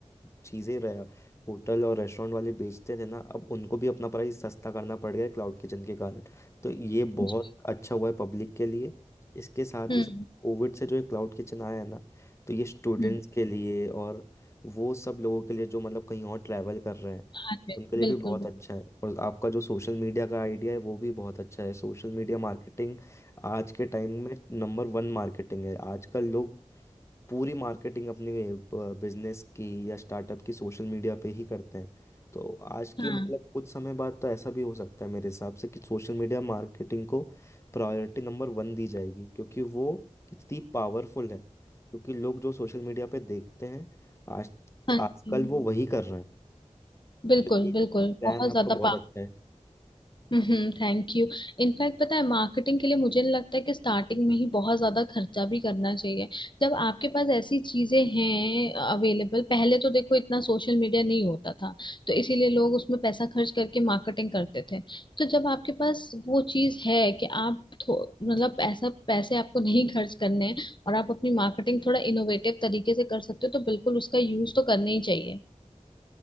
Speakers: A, on the left; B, on the left.
A: चीज़ें रहा होटल और रेस्टोरेंट वाले बेचते थे ना अब उनको भी अपना प्राइस सस्ता करना पड़ गया क्लाउड किचन के कारण तो ये
B: जी,
A: बहुत अच्छा हुआ है पब्लिक के लिए इसके साथ
B: हम्म
A: ही साथ कोविड से जो ये क्लाउड किचन आया है ना तो ये स्टूडेंट्स
B: हम्म।
A: के लिए और वो सब लोगों के लिए जो मतलब कहीं और ट्रैवल कर रहे हैं
B: हाँ जी,
A: उनके लिए
B: बिल्कुल
A: भी बहुत
B: बिल्कुल
A: अच्छा है और आपका जो सोशल मीडिया का आइडिया है वो भी बहुत अच्छा है सोशल मीडिया मार्केटिंग आज के टाइम में नंबर वन मार्केटिंग है आजकल लोग पूरी मार्केटिंग अपने बिजनेस की या स्टार्टअप की सोशल मीडिया पे ही करते हैं तो आज
B: हाँ
A: के मतलब कुछ समय बाद तो ऐसा भी हो सकता है मेरे हिसाब से कि सोशल मीडिया मार्केटिंग को प्रायोरिटी नंबर वन दी जाएगी क्योंकि वो इतनी पावरफुल है क्योंकि लोग जो सोशल मीडिया पे देखते हैं आज
B: हाँ
A: आजकल
B: जी
A: वो वही कर रहे हैं
B: बिल्कुल
A: तो ये
B: बिल्कुल
A: प्लान
B: बहुत
A: आपका
B: ज्यादा
A: बहुत
B: पावर
A: अच्छा है
B: हम्म थैंक यू इनफैक्ट पता है मार्केटिंग के लिए मुझे नहीं लगता है कि स्टार्टिंग में ही बहुत ज्यादा खर्चा भी करना चाहिए जब आपके पास ऐसी चीजें हैं अवेलेबल पहले तो देखो इतना सोशल मीडिया नहीं होता था तो इसीलिए लोग उसमें पैसा खर्च करके मार्केटिंग करते थे तो जब आपके पास वो चीज है कि आप थो- मतलब ऐसा पैसे आपको नहीं खर्च करने हैं और आप अपनी मार्केटिंग थोड़ा इनोवेटिव तरीके से कर सकते हो तो बिल्कुल उसका यूज तो करना ही चाहिए